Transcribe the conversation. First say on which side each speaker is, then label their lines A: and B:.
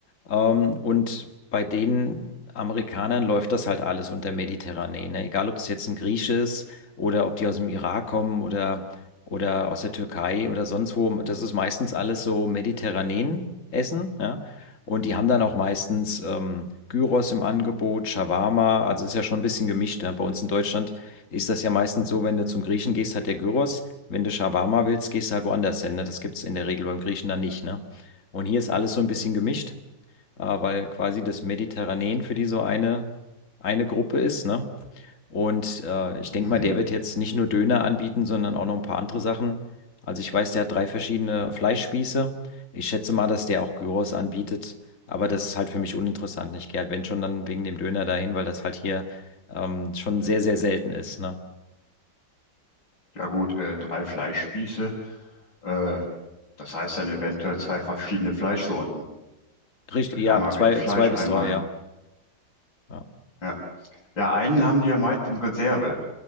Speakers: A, on the left; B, on the left.
A: Ähm, und bei den Amerikanern läuft das halt alles unter mediterranen, ne? Egal, ob es jetzt ein Griech ist oder ob die aus dem Irak kommen oder, oder aus der Türkei oder sonst wo. Das ist meistens alles so mediterranen Essen, ja? Und die haben dann auch meistens ähm, Gyros im Angebot, Shawarma. Also ist ja schon ein bisschen gemischt, ne? Bei uns in Deutschland ist das ja meistens so, wenn du zum Griechen gehst, hat der Gyros. Wenn du Shawarma willst, gehst du halt woanders hin. Ne? Das gibt es in der Regel beim Griechen dann nicht. Ne? Und hier ist alles so ein bisschen gemischt, äh, weil quasi das Mediterranean für die so eine, eine Gruppe ist. Ne? Und äh, ich denke
B: Mhm.
A: mal, der wird jetzt nicht nur Döner anbieten, sondern auch noch ein paar andere Sachen. Also ich weiß, der hat drei verschiedene Fleischspieße. Ich schätze mal, dass der auch Gyros anbietet. Aber das ist halt für mich uninteressant. Ich gehe halt, wenn schon, dann wegen dem Döner dahin, weil das halt hier ähm, schon sehr, sehr selten ist. Ne?
B: Ja gut, äh, drei Fleischspieße. Äh, das heißt dann eventuell zwei verschiedene Fleischsorten.
A: Richtig,
B: Vielleicht
A: ja,
B: einmal
A: zwei,
B: Rindfleisch,
A: zwei
B: einmal.
A: bis drei, ja. Ja.
B: Ja, ja einen haben die ja meist in Reserve.